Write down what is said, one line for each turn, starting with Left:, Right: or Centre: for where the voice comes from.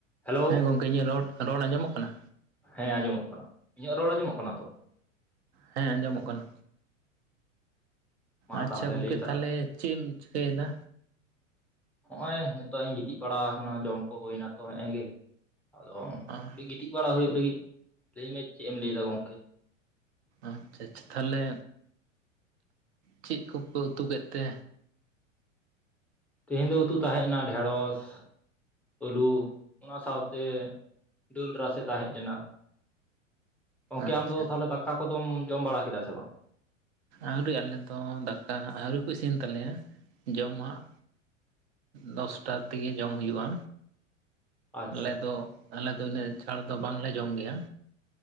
Centre: Hello
Right: ᱦᱮᱸ ᱜᱚᱢᱠᱮ ᱤᱧᱟᱹᱜ ᱨᱚᱲ ᱨᱚᱲ ᱟᱸᱡᱚᱢᱚᱜ ᱠᱟᱱᱟ
Centre: ᱦᱮᱸ ᱟᱸᱡᱚᱢᱚᱜ ᱠᱟᱱᱟ ᱤᱧᱟᱹᱜ ᱨᱚᱲ ᱟᱸᱡᱚᱢᱚᱜ ᱠᱟᱱᱟ ᱛᱚ
Right: ᱦᱮᱸ ᱟᱸᱡᱚᱢᱚᱜ ᱠᱟᱱᱟ
Centre: ᱢᱟ
Right: ᱟᱪᱷᱟ
Centre: ᱛᱟᱦᱚᱞᱮ
Right: ᱜᱚᱝᱠᱮ
Centre: ᱞᱟᱹᱭ ᱛᱟᱞᱟᱝ
Right: ᱛᱟᱦᱚᱞᱮ ᱪᱮᱫ ᱮᱢ ᱪᱤᱠᱟᱹᱭᱮᱫᱟ
Centre: ᱦᱚᱜᱼᱚᱭ ᱱᱤᱛᱚᱜ ᱤᱧ ᱜᱤᱛᱤᱡ ᱵᱟᱲᱟ ᱟᱠᱟᱱᱟ ᱡᱚᱢ ᱠᱚ ᱦᱩᱭᱱᱟ ᱛᱚ ᱦᱮᱜᱸᱮ ᱜᱮ ᱟᱫᱚ
Right: ᱚ
Centre: ᱠᱟᱹᱴᱤᱡ ᱜᱤᱛᱤᱡ ᱵᱟᱲᱟ ᱦᱩᱭᱩᱜ ᱞᱟᱹᱜᱤᱫ ᱞᱟᱹᱭ ᱢᱮ ᱪᱮᱫ ᱮᱢ ᱞᱟᱹᱭᱮᱫᱟ ᱜᱚᱝᱠᱮ
Right: ᱟᱪᱪᱷᱟ ᱟᱪᱪᱷᱟ ᱛᱟᱦᱚᱞᱮ ᱪᱮᱫ ᱠᱚᱯᱮ ᱩᱛᱩ ᱠᱮᱫ ᱛᱮ
Centre: ᱛᱮᱦᱤᱧ ᱫᱚ ᱩᱛᱩ ᱛᱟᱦᱮᱸᱜᱱᱟ ᱰᱷᱮᱸᱲᱚᱥ ᱟᱹᱞᱩ ᱚᱱᱟ ᱥᱟᱶᱛᱮ ᱫᱟᱹᱞ ᱨᱟᱥᱮ ᱛᱟᱦᱮᱸ ᱞᱮᱱᱟ ᱜᱚᱝᱠᱮ
Right: ᱟᱪᱪᱷᱟ
Centre: ᱟᱢ ᱫᱚ ᱛᱟᱦᱚᱞᱮ ᱫᱟᱠᱟ ᱠᱚᱫᱚᱢ ᱡᱚᱢ ᱵᱟᱲᱟ ᱠᱮᱫᱟ ᱥᱮ ᱵᱟᱝ
Right: ᱟᱹᱣᱨᱤ ᱟᱞᱮᱫ ᱫᱚ ᱫᱟᱠᱟ ᱟᱣᱨᱤ ᱠᱚ ᱤᱥᱤᱱ ᱛᱟᱞᱮᱭᱟ ᱡᱚᱢᱟᱜ ᱫᱚᱥᱴᱟ ᱫᱤᱜᱮ ᱡᱚᱢ ᱦᱩᱭᱩᱜᱼᱟ
Centre: ᱟᱪᱪᱷᱟ
Right: ᱟᱞᱮ ᱫᱚ ᱟᱞᱮ ᱫᱚ ᱤᱱᱟᱹᱜ ᱪᱟᱲ ᱫᱚ ᱵᱟᱝᱞᱮ ᱡᱚᱢ ᱜᱮᱭᱟ